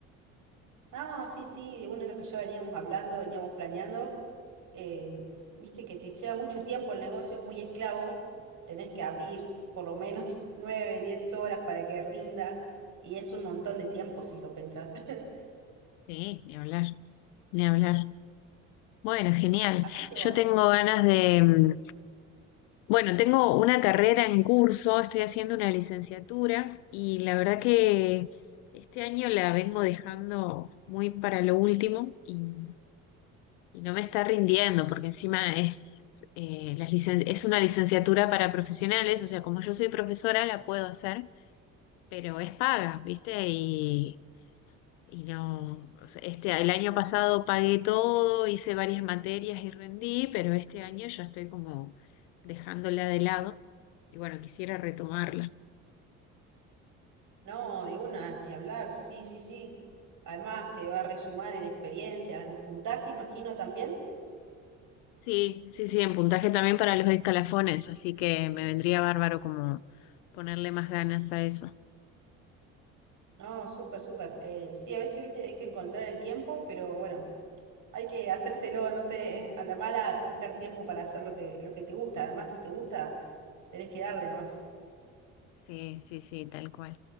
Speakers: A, on the right; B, on the left.
A: No, sí, sí, de una es lo que ya veníamos hablando, veníamos planeando. em, viste que te lleva mucho tiempo el negocio, es muy esclavo. Tenés que abrir por lo menos <laughs> nueve, diez horas para que rinda. Y es un montón de tiempo si lo pensás. <laughs>
B: Sí, ni hablar, ni hablar. Bueno, genial.
A: Así que bueno,
B: Yo tengo ganas de, mm, bueno, tengo una carrera en curso, estoy haciendo una licenciatura y la verdad que este año la vengo dejando muy para lo último y Y no me está rindiendo, porque encima es, eh, las licen- es una licenciatura para profesionales, o sea, como yo soy profesora, la puedo hacer, pero es paga, ¿viste? Y, y no, o sea, este, el año pasado pagué todo, hice varias materias y rendí, pero este año ya estoy como dejándola de lado y bueno, quisiera retomarla.
A: no, de una, ni hablar, sí, sí, sí. Además, te va a resumar en experiencia, en puntaje, imagino también.
B: Sí, sí, sí, en puntaje también para los escalafones, así que me vendría bárbaro como ponerle más ganas a eso.
A: No, súper, súper. Eh, sí, a veces, viste, hay que encontrar el tiempo, pero bueno, hay que hacérselo, no sé, a la mala, buscar tiempo para hacer lo que, lo que te gusta. Además, si te gusta, tenés que darle nomás.
B: Sí, sí, sí, tal cual.